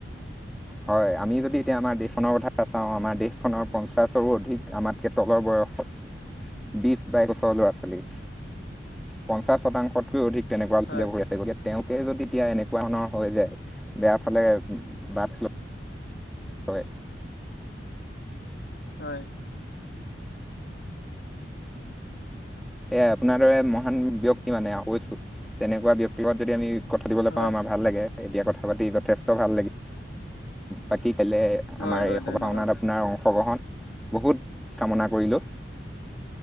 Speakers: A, in the centre; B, on the left (about 70°).
A: হয় আমি যদি এতিয়া আমাৰ দেশখনৰ কথা চাওঁ আমাৰ দেশখনৰ পঞ্চাছৰো অধিক আমাৰ কে তলৰ বয়সত বিছ বাইছ বছৰ ল'ৰা ছোৱালী পঞ্চাশ শতাংশতকৈ অধিক তেনেকোৱা <unintelligible>
B: হয়
A: ভৰি আছে গতিকে তেওঁ যদি এতিয়া এনেকুৱা ধৰণৰ হৈ যায় বেয়া ফালে বাট <inaudible>
B: হয়।
A: সেয়াই আপোনাৰ দৰে মহান ব্যক্তি মানে <unintelligible> কৈছো তেনেকুৱা ব্যক্তি লগত যদি আমি কথা পাতিবলৈ
B: হয়
A: পাওঁ আমাৰ ভাল লাগে এতিয়া কথা পাতি যথেষ্ট ভাল লাগে বাকী কাইলে
B: হয়
A: আমাৰ
B: হয়
A: এই সভাখনত
B: ধন্যবাদ
A: আপোনাৰ অংশগ্ৰহণ বহুত কামনা কৰিলোঁ।